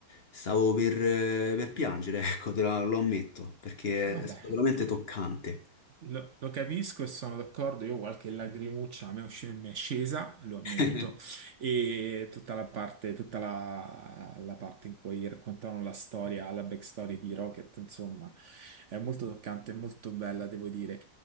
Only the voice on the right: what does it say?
Vabbè,
lo, lo capisco e sono d'accordo. Io qualche lagrimuccia a me è usci- mi è scesa, lo ammetto,
e tutta la parte, tutta la, la parte in cui raccontano la storia, la backstory di Rocket, insomma, è molto toccante, molto bella, devo dire.